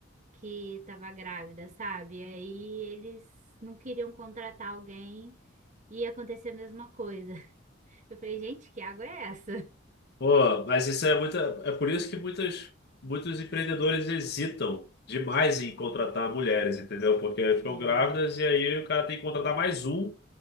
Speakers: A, on the right; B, on the left.
A: que tava grávida, sabe? Aí eles não queriam contratar alguém e aconteceu a mesma coisa. <laughs> Eu falei, gente, que água é essa?
B: Pô, mas isso é muita, é por isso que muitas, muitos empreendedores hesitam demais em contratar mulheres, entendeu? Porque ficam
A: Sim,
B: grávidas e aí o cara tem que contratar mais um